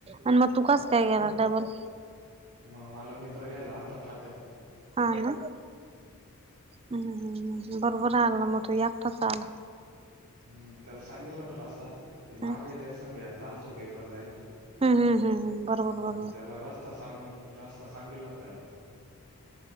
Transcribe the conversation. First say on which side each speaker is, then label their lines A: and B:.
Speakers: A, on the right; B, on the right.
A: अन मग तु कास काय गेला डबल?
B: म मला मित्र घ्यायला आलता फाट्यावर.
A: हा ना? हम्म हम्म हम्म बरोबर आलं म तू, एकटाच आला.
B: हम्म त्याला सांगेल होता रस्ता, ते मागाय
A: हम्म
B: त्याच सांग एकदा आलतो पेपर द्यायला.
A: हम्म हम्म बरोबर बरोबर
B: म त्याला रस्ता सांगून, रस्ता सांगेल त्याला.